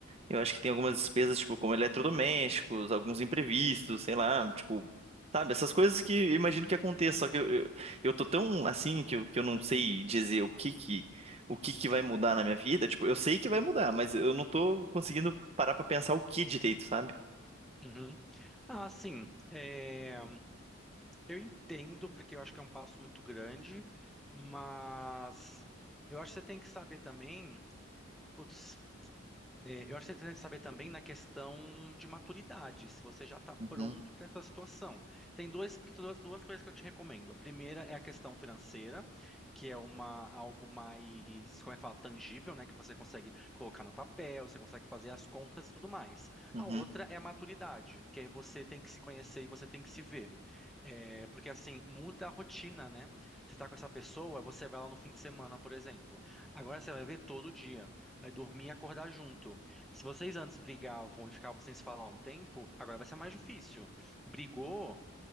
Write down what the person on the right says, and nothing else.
eu acho que tem algumas despesas, tipo, como eletrodomésticos, alguns imprevistos, sei lá, tipo, sabe, essas coisas que eu imagino que aconteça, só que eu, eu, eu tô tão assim que eu, que eu não sei dizer o que que, o que que vai mudar na minha vida, tipo, eu sei que vai mudar, mas eu não tô conseguindo parar pra pensar o que direito, sabe?
Uhum,
uhum,